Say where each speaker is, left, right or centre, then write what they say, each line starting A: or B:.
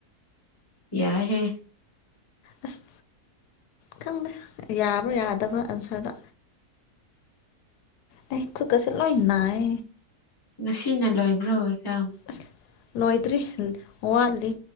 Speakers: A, on the left; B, on the left.
A: ꯌꯥ ꯍꯦ
B: ꯑꯁ ꯈꯪꯗꯦ ꯌꯥꯕ꯭ꯔꯥ ꯌꯥꯗꯕ꯭ꯔꯥ ꯑꯟꯁꯔꯗ ꯑꯩ ꯈꯨꯠꯀꯁ ꯂꯣꯏ ꯅꯥꯏ
A: ꯉꯁꯤꯅ ꯂꯣꯏꯕ꯭ꯔꯣꯏ ꯌꯥꯝꯝ
B: ꯑꯁ ꯂꯣꯏꯗ꯭ꯔꯤ ꯋꯥꯠꯂꯤ